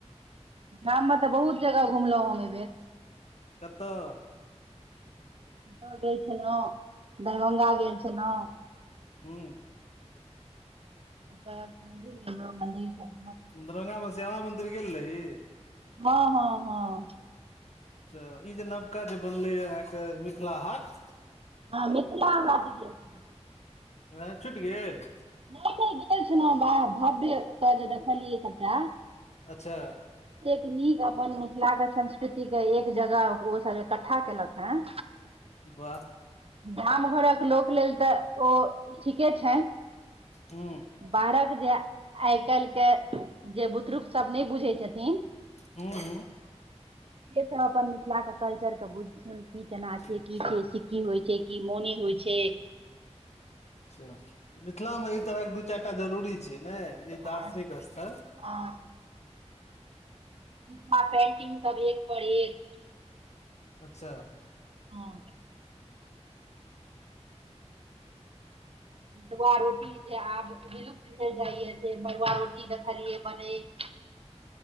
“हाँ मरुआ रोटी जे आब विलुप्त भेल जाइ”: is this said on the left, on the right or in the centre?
Right